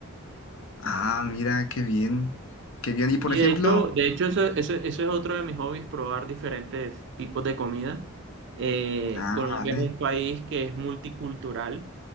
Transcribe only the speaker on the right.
Y
de hecho, de hecho eso, eso, eso es otro de mis hobbies, probar diferentes tipos de comida. Eh,
Colombia
es un país que es multicultural.